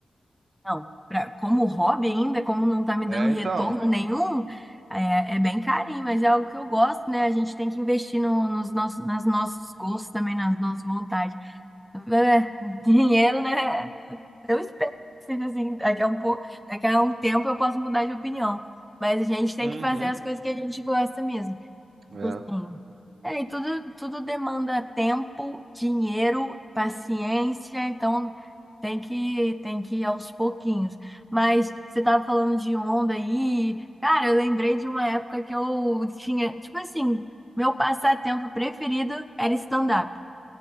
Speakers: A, in the centre; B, on the right (about 60°).
A: Não, pra- como hobby ainda, como não tá me
B: É,
A: dando retorno
B: então.
A: nenhum, é, é bem carinho, mas é algo que eu gosto, né? A gente tem que investir no, nos nossos, nas nossos gostos também, nas nossas vontades. É, dinheiro, né? Eu espero, que seja assim, daqui a um pouco, daqui a um tempo eu posso mudar de opinião. Mas a gente tem
B: Uhum.
A: que fazer as coisas que a gente gosta mesmo.
B: É.
A: Tipo assim, é, e tudo, tudo demanda tempo, dinheiro, paciência, então tem que, tem que ir aos pouquinhos. Mas você estava falando de onda aí, cara, eu lembrei de uma época que eu tinha, tipo assim, meu passatempo preferido era stand-up.